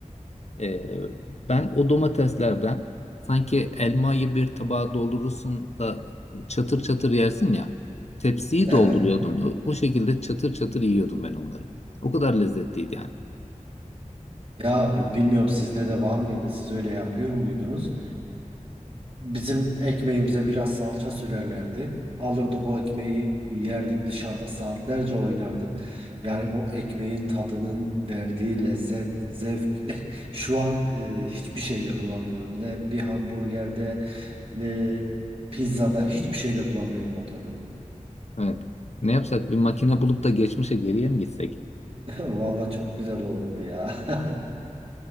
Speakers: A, on the left; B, on the right.
A: Ee, ben o domateslerden sanki elmayı bir tabağa doldurursun da çatır çatır yersin ya. Tepsiyi
B: Evet.
A: dolduruyordum. O, o şekilde çatır çatır yiyordum ben onları. O kadar lezzetliydi yani.
B: Ya e, bilmiyorum sizde de var mıydı? Siz öyle yapıyor muydunuz? Bizim ekmeğimize biraz salça sürerlerdi. Alırdık o ekmeği, yerdik dışarıda saatlerce oynardık. Yani o ekmeğin tadının verdiği lezzet, zevk <laughs> şu an e, hiçbir şeyde bulamıyorum. Ne bir hamburgerde ne pizzada hiçbir şeyde bulamıyorum o tadı.
A: Evet. Ne yapsak bir makine bulup da geçmişe geriye mi gitsek?
B: <laughs> Vallahi çok güzel oldu ya. <laughs>